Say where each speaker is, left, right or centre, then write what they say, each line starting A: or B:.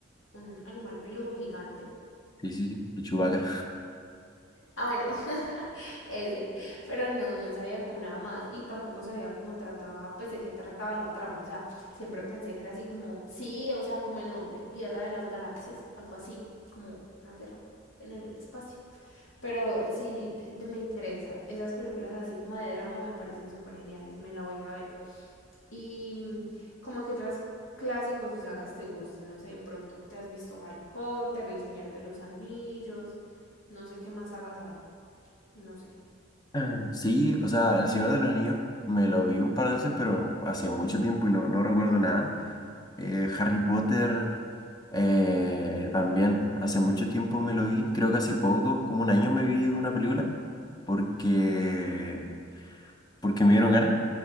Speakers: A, on the left; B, on the left.
A: un animal peludo gigante.
B: Sí, sí, sí, de Chewbacca.
A: Ah, bueno, <laughs> Ese. Pero no, no sabía como nada más y tampoco sabía cómo trataba, pues de qué trataba la trama. O sea, siempre pensé que era así como, sí, o sea, como el nombre, Guerra de las Galaxias, algo así, como una guerra en el espacio. Pero sí, de- de- me interesa. Esas películas así como de drama me parecen súper geniales, me la voy a ver. Y mm, como que otras clásicos o sagas te gustan, no sé, de pronto te has visto Harry Potter, El Señor de los Anillos, no sé qué más sagas hay, no sé.
B: Ah. Sí, o sea, El Señor de los Anillos me lo vi un par de veces, pero hace mucho tiempo y no, no recuerdo nada. Eh, Harry Potter eh, también, hace mucho tiempo me lo vi. Creo que hace poco, como un año me vi una película, porque, porque me dieron ganas,